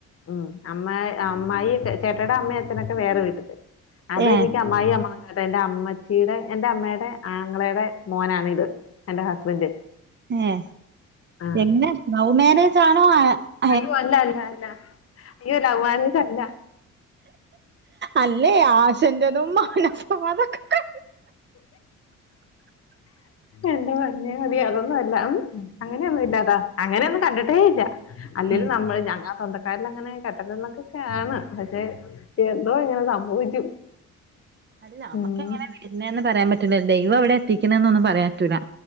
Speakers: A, on the left; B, on the right.
A: ഉംഅമ്മ് അമായി ചേട്ടടെ അമ്മ അച്ഛനൊക്കെ വേറെ വീട്ടില് അത്
B: ഏ
A: എനിക്ക് അമ്മായി അമ്മാവന് മ എന്റെ അമ്മച്ചീടെ എന്റെ അമ്മയുടെ ആങ്ങളയുടെ മോനാണ് ഇത് എന്റെ ഹസ്ബൻഡ്.
B: ഏ
A: ആഹ്
B: എങ്ങനെ
A: അങ്ങനെ
B: ലൗ മേരെജണോ ആഹ്
A: അയ്യോ അല്ല അല്ല അല്ല അയ്യോ ലൗ മേരെജല്ല.
B: അല്ലേ ആശതും മനപ്പം അതൊക്കെ
A: എന്റെ പൊന്നേ മതി അതൊന്നുമല്ലാ. അങ്ങനെയൊന്നും ഇല്ലാടാ അങ്ങനെയൊന്നും കണ്ടിട്ടേ ഇല്ല അല്ലെങ്കിൽ
B: ഉം
A: നമ്മള് ഞങ്ങ സ്വന്ത ക്കരിൽ അങ്ങനെ കെട്ടണക്കെയാണ് പക്ഷെ എന്തോ ഇങ്ങനെ സംഭവിച്ചു.
B: അല്ല നമ്മക്ക്
A: ഉം
B: എങ്ങനെ വരുന്നന്ന് പറയാൻ പറ്റില്ല ദൈവം എവിടെ എത്തിക്കുന്നെന്നും പറയാൻ പറ്റൂല്ല.